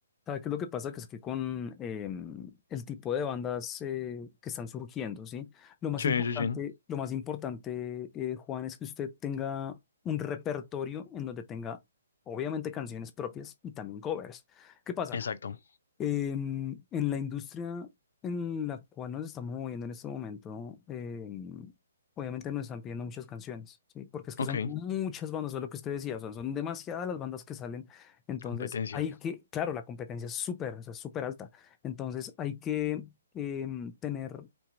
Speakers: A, on the left; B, on the left.
A: ¿Sabes qué es lo que pasa? Que es que con em, el tipo de bandas eh, que están surgiendo, ¿sí? Lo más
B: Sí,
A: importante,
B: sí, sí.
A: lo más importante, eh, Juan, es que usted tenga un repertorio en donde tenga, obviamente, canciones propias y también covers. ¿Qué pasa?
B: Exacto.
A: En, en la industria en la cual nos estamos moviendo en este momento, em, obviamente nos están pidiendo muchas canciones, ¿sí? Porque es que
B: Ok,
A: son muchas bandas, es lo que usted decía, o sea, son demasiadas las bandas que salen. Entonces,
B: competencia.
A: hay que, claro, la competencia es súper, o sea, es súper alta. Entonces, hay que em, tener